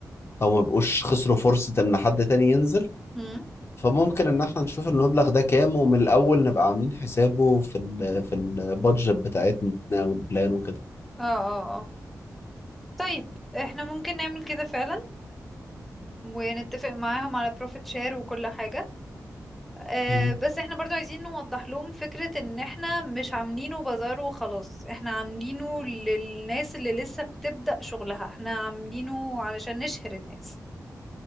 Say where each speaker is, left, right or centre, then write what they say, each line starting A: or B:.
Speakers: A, on the left (about 40°); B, in the centre.
A: او ما يبقوش خسروا فرصة ان حد تاني ينزل
B: مم.
A: فممكن ان احنا نشوف المبلغ ده كام ومن الاول نبقى عاملين حسابه في ال في البادجت بتاعتنا والبلان وكده
B: اه اه اه طيب احنا ممكن نعمل كده فعلا ونتفق معاهم على بروفيت شير وكل حاجة آه،
A: مم.
B: بس احنا برضو عايزين نوضح لهم فكرة ان احنا مش عاملينه بازار وخلاص احنا عاملينه للناس اللي لسه بتبدأ شغلها احنا عاملينه علشان نشهر الناس